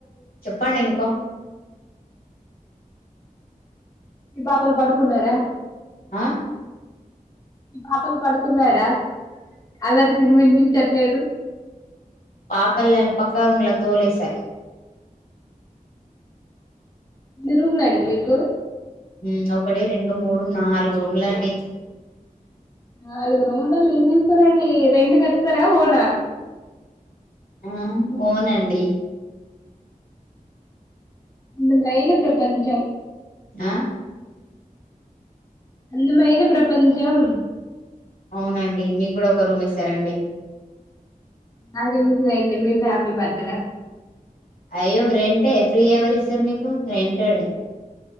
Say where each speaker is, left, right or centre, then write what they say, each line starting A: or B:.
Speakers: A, on the left; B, on the left.
A: చెప్పండి ఇంకా
B: మీ పాపలు పడుకున్నారా
A: ఆ
B: మీ పాపలు పడుకున్నారా అల్లరి మీకు వినిపించట్లేదు
A: పాపల్ని నేను పక్క రూమ్ లోకి తోలేసా
B: మీరూమ్ ఉందండి మీకు
A: ఊ ఒకటి రెండు మూడు నాలుగు రూమ్లండి
B: నాలుగు రూమ్ల లలో ఏం చేస్తారాండి రెంటు కడ్తరా ఓనా
A: ఆ ఓనండి
B: అందమైన ప్రపంచం
A: ఆ
B: అందమైన ప్రపంచం
A: అవునండి మీకు కూడా ఒక రూమ్ ఇస్తారండి
B: నాకు ఎందుకులేండి మీ ఫ్యామిలీ మధ్యల
A: అయ్యో రెంటే ఫ్రీ ఎవరు ఇస్తారు మీకు రెంటేడ్